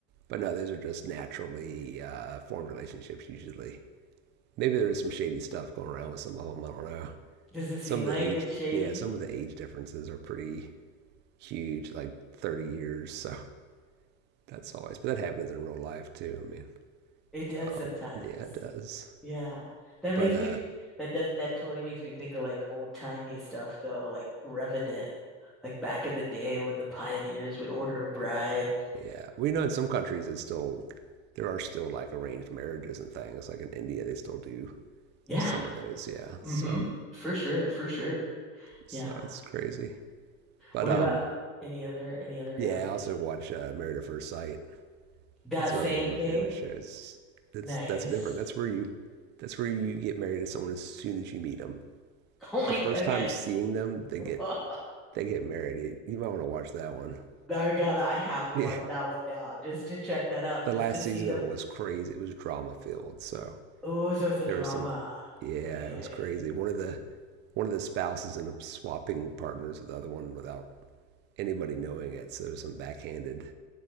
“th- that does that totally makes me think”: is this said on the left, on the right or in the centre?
Centre